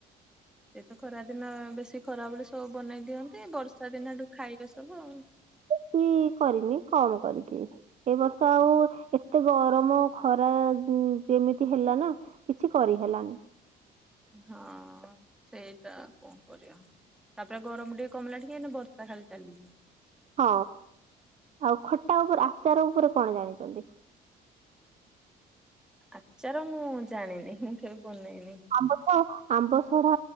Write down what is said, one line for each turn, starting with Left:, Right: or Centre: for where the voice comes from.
Centre: ଏତ ଖରା ଦିନ ବେଶୀ ଖରା ବେଳେ ସବୁ ବନେଇ ଦିଅନ୍ତି ବର୍ଷା ଦିନଠୁ ଖାଇବେ ସବୁ।
Right: ହୁଁ କରିନି କମ୍ କରିକି। ଏ ବର୍ଷ ଆଉ ଏତେ ଗରମ ଖରା ଯେମିତି ହେଲା ନା କିଛି କରିହେଲାନି।
Centre: ହଁ ସେଇଟା ଆଉ କଁ କରିବା। ତାପରେ ଗରମ ଟିକେ କମିଲା ଟିକେ ଏଇନା ବର୍ଷା ଖାଲି ଚାଲିଛି।
Right: ହଁ ଆଉ ଖଟା ଉପରେ ଆଚାର ଉପରେ କଣ ଜାଣିଛନ୍ତି?
Centre: ଆଚାର ମୁଁ ଜାଣିନି ମୁଁ କେବେ ବନେଇନି।
Right: ଆମ୍ବ ତ ଆମ୍ବ ସଢା